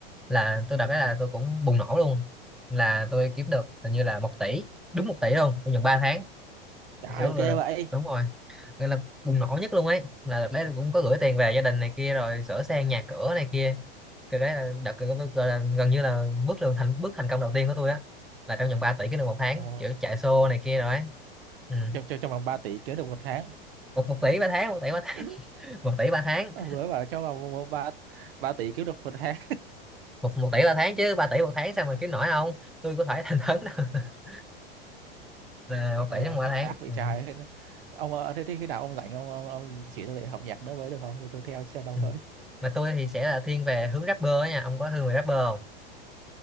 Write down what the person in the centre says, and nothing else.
là tôi đợt
đấy là tôi cũng bùng nổ luôn là tôi kiếm được hình như là một tỷ đúng một tỷ luôn trong vòng ba tháng
kiểu là
đúng rồi gọi là bùng nổ nhất luôn ấy là đợt đấy cũng có gửi tiền về gia đình này kia rồi sửa sang nhà cửa này kia cái đấy là đợt gọi là gần như là bước đường thành bước thành công đầu tiên của tôi á là trong vòng 3 tỷ cái được một tháng
kiểu chạy xô này kia rồi ấy. ừ.
một, một tỷ ba tháng một tỷ ba tháng
<laughs> một tỷ ba tháng
một, một tỷ ba tháng chứ ba tỷ một tháng sao mà kiếm nổi không tôi có thể thành thấn đâu. <laughs> là một
tỷ trong mỗi tháng
ừ.
Ừ.
mà tôi thì sẽ là thiên về hướng rapper á nha ông có hướng về rapper không